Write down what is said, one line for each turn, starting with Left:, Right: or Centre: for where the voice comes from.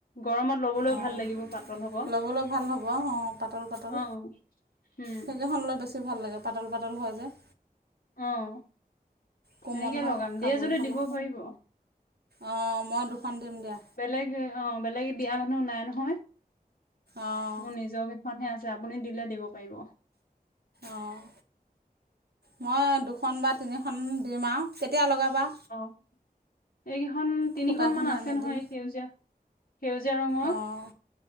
Left: গৰমত লবলৈ
Right: অঁ
Left: ভাল লাগিব পাতল হব
Right: ল'বলৈ ভাল হ'ব অঁ- পাতল পাতল
Left: অ উম
Right: সেইকেইখন লৈ বেছি ভাল লাগে পাতল পাতল হয় যে-
Left: অঁ
Right: কোমল
Left: তেনেকে
Right: হয়
Left: লগাম
Right: কাপোৰকেইখনো
Left: দিয়ে যদি দিব পাৰিব।
Right: অঁ মই দুখন দিম দিয়া।
Left: বেলেগ অ বেলেগে দিয়া মানুহ নাই নহয়
Right: অঁ
Left: মোৰ নিজকে- খনহে আছে আপুনি দিলে দিব পাৰিব।
Right: অঁ মই দুখন বা তিনিখন দিম আৰু কেতিয়া লগাবা?
Left: অঁ! এইকেইখন তিনিখনমান
Right: সূতাখিনি
Left: আছে
Right: আনি
Left: নহয়
Right: দিম
Left: সেউজীয়া সেউজীয়া ৰঙৰ-
Right: অঁ